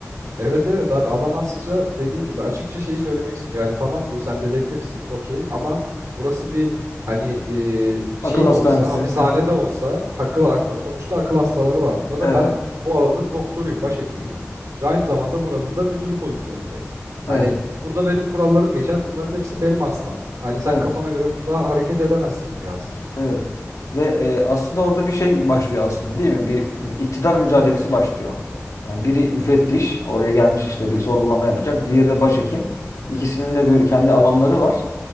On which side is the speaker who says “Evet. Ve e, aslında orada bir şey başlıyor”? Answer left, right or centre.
Left